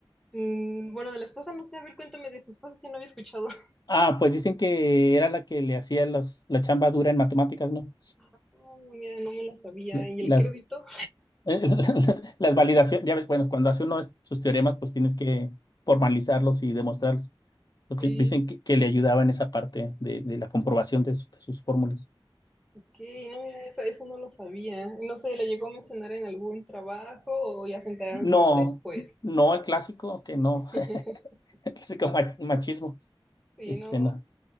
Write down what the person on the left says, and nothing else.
Ah, pues dicen que era la que le hacía los, la chamba dura en matemáticas, ¿no?
La-
Las
Eh, <laughs> Las validaciones, ya ves, bueno, cuando hace uno es- sus teoremas, pues tienes que formalizarlos y demostrarlos. Entonces
dicen que, que le ayudaba en esa parte de, de la comprobación de, su- de sus fórmulas.
No,
no el clásico, que no,
<laughs> el clásico ma- machismo,
este
no.